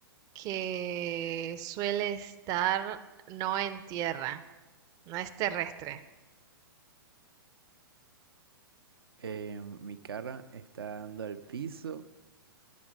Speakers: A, on the right; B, on the right.
A: que suele estar no en tierra, no es terrestre,
B: Eh, mi cara está dando al piso